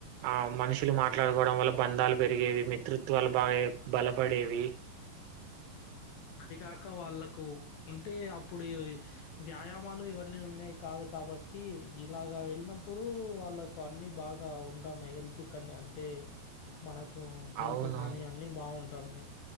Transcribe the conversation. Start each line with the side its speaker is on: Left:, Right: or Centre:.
Right: ఆ మనుషులు మాట్లాడుకోడం వల్ల బంధాలు పెరిగేవి మిత్రుత్వాలు బాగా బలపడేవి.
Left: అది కాక వాళ్ళకు ఉంటే అప్పుడు ఎదో వ్యాయామాలు ఇవన్నీ ఉన్నాయి కాదు కాబట్టి ఇలాగా వెల్నప్పుడు వాళ్ళకు అన్ని బాగా ఉంటన్నాయి హెల్త్ ఐకన్నే అన్ అంటే మనకు హెల్త్
Right: అవునవును
Left: కానీ అన్ని బావుంటన్నాయ్